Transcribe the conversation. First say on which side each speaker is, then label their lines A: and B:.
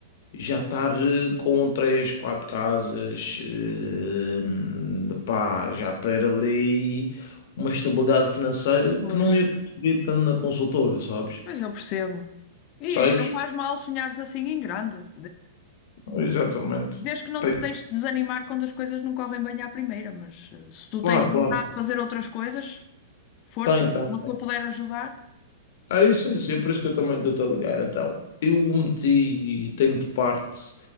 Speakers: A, on the left; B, on the left.
A: já estar eh, com 3, 4 casas, eh, pá, já ter ali uma estabilidade financeira que
B: Pois.
A: não ia conseguir tanto na consultora, sabes?
B: Mas eu percebo. E,
A: sabes?
B: e não faz mal sonhares assim em grande.
A: Exatamente.
B: Desde que não
A: Tem,
B: te deixes desanimar quando as coisas não correm bem à primeira, mas eh, se tu
A: claro,
B: tens vontade
A: claro.
B: de fazer outras coisas, força,
A: Tem, tem.
B: no que eu puder ajudar.
A: É isso, é isso. É por isso que eu também estou-te a ligar. Então, eu o meti, e tenho de parte.